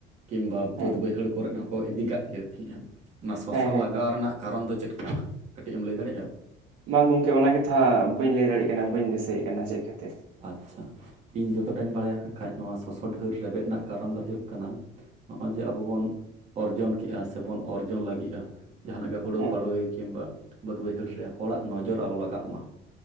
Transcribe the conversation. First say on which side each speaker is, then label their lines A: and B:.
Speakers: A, on the right; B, on the right.
A: ᱠᱤᱢᱵᱟ
B: ᱦᱮᱸ
A: ᱵᱟᱹᱫᱽ ᱵᱟᱹᱭᱦᱟᱹᱲ ᱠᱚᱨᱮᱱ ᱦᱚᱸᱠᱚ ᱤᱫᱤ ᱠᱟᱜ ᱜᱮᱭᱟ <unintelligible> ᱚᱱᱟ ᱥᱚᱥᱚ
B: ᱦᱮᱸ ᱦᱮᱸ
A: ᱞᱟᱜᱟᱣ
B: ᱦᱮᱸ
A: ᱨᱮᱱᱟᱜ ᱠᱟᱨᱚᱱ ᱫᱚ ᱪᱮᱫ ᱠᱟᱱᱟ? ᱠᱟᱹᱴᱤᱡ ᱮᱢ ᱞᱟᱹᱭ ᱫᱟᱲᱮᱭᱟᱜᱼᱟ?
B: ᱵᱟᱝ ᱜᱚᱝᱠᱮ ᱚᱱᱟᱱᱟᱜᱮ ᱛᱚ ᱦᱟᱸᱜ, ᱵᱟᱹᱧ ᱞᱟᱹᱭ ᱫᱟᱲᱮᱭᱟᱜ ᱠᱟᱱᱟ᱾ ᱵᱟᱹᱧ ᱫᱤᱥᱟᱹᱭᱮᱫ ᱠᱟᱱᱟ ᱪᱮᱫ ᱠᱷᱟᱹᱛᱤᱨ᱾
A: ᱟᱪᱪᱷᱟ ᱤᱧ ᱡᱚᱛᱚᱴᱟᱧ ᱵᱟᱲᱟᱭᱟ ᱠᱷᱟᱡ ᱱᱚᱣᱟ ᱥᱚᱥᱚ ᱰᱷᱟᱹᱨ ᱨᱮᱵᱮᱫ ᱨᱮᱱᱟᱜ ᱠᱟᱨᱚᱱ ᱫᱚ ᱦᱩᱭᱩᱜ ᱠᱟᱱᱟ ᱱᱚᱜᱼᱚᱭ ᱡᱮ ᱟᱵᱚ ᱵᱚᱱ ᱚᱨᱡᱚᱱ ᱠᱮᱜᱼᱟ ᱥᱮᱵᱚᱱ ᱚᱨᱡᱚᱱ ᱞᱟᱹᱜᱤᱫᱼᱟ᱾ ᱡᱟᱦᱟᱱᱟᱜ ᱜᱮ ᱦᱳᱲᱳ
B: ᱦᱮᱸ
A: ᱯᱟᱲᱚᱭ, ᱠᱤᱢᱵᱟ ᱵᱟᱹᱫᱽ ᱵᱟᱹᱭᱦᱟᱹᱲ ᱨᱮ ᱦᱚᱲᱟᱜ ᱱᱚᱡᱚᱨ ᱟᱞᱚ ᱞᱟᱜᱟᱜ ᱢᱟ᱾